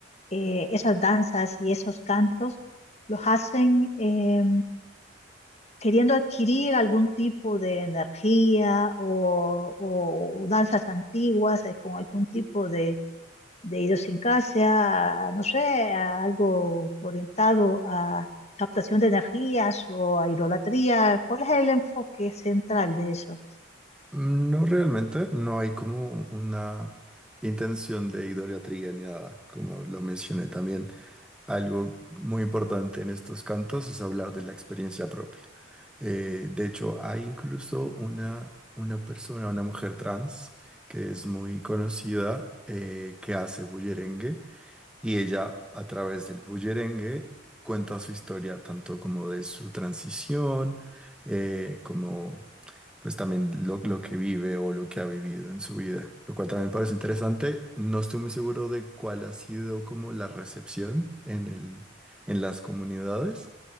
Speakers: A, on the left; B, in the centre.
A: eh, esas danzas y esos cantos, los hacen eh, queriendo adquirir algún tipo de energía o, o danzas antiguas eh, con algún tipo de, de idiosincrasia, no sé, a algo orientado a captación de energías o a idolatría. ¿Cuál es el enfoque central de eso?
B: No realmente, no hay como una intención de idolatría ni nada, como lo mencioné también. Algo muy importante en estos cantos es hablar de la experiencia propia. Eh, de hecho, hay incluso una, una persona, una mujer trans, que es muy conocida, eh, que hace bullerengue y ella, a través del bullerengue, cuenta su historia, tanto como de su transición, eh, como pues también lo, lo que vive o lo que ha vivido en su vida, lo cual también me parece interesante. No estoy muy seguro de cuál ha sido como la recepción en el, en las comunidades,